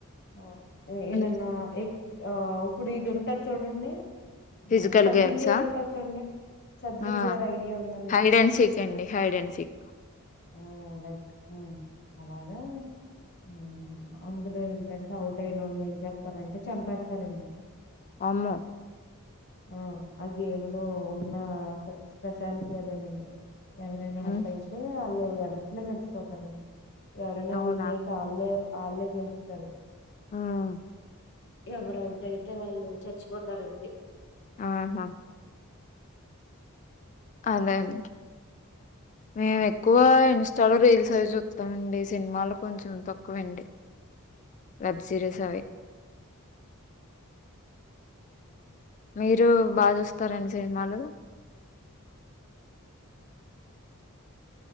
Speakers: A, on the left; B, on the left.
A: హ్ ఏదన్నా
B: ఉమ్,
A: ఆ ఉప్పుడు ఇది ఉంటది చూడండి.
B: ఫిజికల్
A: ఆ సబ్జి
B: గేమ్సా
A: ఇండియార్ ఉంటది చూడండి. సబ్జి
B: ఆ
A: ఇండియార్ ఐడియా ఉందా మీకు.
B: హైడ్ అండ్ సీక్ అండి హైడ్ అండ్ సీక్
A: ఓ లైక్ హ్ అలాగా ఆ <inaudible> అందులో ఏంటంటే అవుట్ అయిన వొళ్ళని ఏం చెత్తారంటే చంపేస్తారండి.
B: అమ్మో.
A: ఆ ఆ గేములో ఉన్న స్పెషాలిటీ అదేనండి. ఎవరైనా
B: ఉమ్
A: అవుటైతే అల్లు <inaudible> చచ్చిపోతారండి. ఎవరైనా
B: అవునా
A: విన్ అయితే ఆల్లే అల్లె గెళ్తరు.
B: ఉమ్
A: ఎవరు అవుట్ అయితే వాళ్ళు చచ్చిపోతారండి.
B: ఆహా అదేనండి. మేము ఎక్కువ ఇన్స్టాలో రీల్స్ అవి చూస్తామండి. సినిమాలు కొంచెం తక్కువె అండి వెబ్ సిరీస్ అవి. మీరు బాచూస్తారండి సినిమాలు.